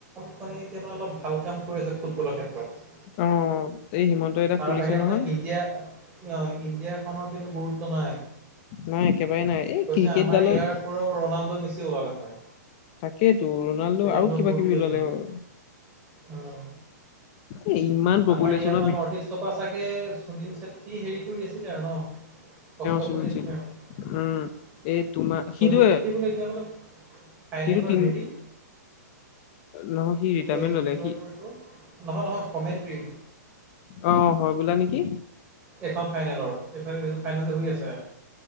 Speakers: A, on the right; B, on the left.
A: খনে অলপ ভাল কৰিছে ফুটবলৰ ক্ষেত্ৰখনত।
B: অ', এই হিমন্ত এটা
A: তাৰ
B: খুলিছে
A: বাহিৰে
B: নহয়
A: মানে ইণ্ডিয়া ইণ্ডিয়াখনৰ কিন্তু গুৰুত্ব নাই
B: নাই একেবাৰে নাই এই
A: কৈছে
B: ক্ৰিকেটডালত
A: আমাৰ ইয়াৰ ও ৰনাল্ডো বেছি ওলালে হয়।
B: তাকেইেতো ৰনাল্ডো
A: সেইটো
B: আৰু
A: কোনো
B: কিবা
A: গুৰুত্বই
B: কিবি ওলালে
A: নিদিয়ে
B: হয়।
A: উম
B: এ ইমান পপুলেশ্যনৰ
A: আমাৰ ইয়াৰ পৰা নৰ্থ ইষ্টৰ পৰা চাগে সুনীল ছেত্ৰী হেৰি কৰি আছিলে আৰু ন। কষ্ট
B: সুনীল
A: কৰি আছিল
B: ছেত্ৰী
A: আৰু
B: উম এই তোমাৰ
A: সুনীল
B: সিটো
A: ছেত্ৰী বোলে এতিয়া বোললে ফাইনেলৰ
B: সিটো তিন
A: হেৰি
B: নহয় সি ৰিটায়াৰমেন্ট
A: এ
B: ললে
A: কি কয়
B: সি
A: তোৰ এই তোৰ নহয়, নহয় কমেনট্ৰি
B: অ', হয় বোলা নেকি।
A: এখন ফাইনেলৰ এই এই ফাই ফাইনেল যেই হুই আছে।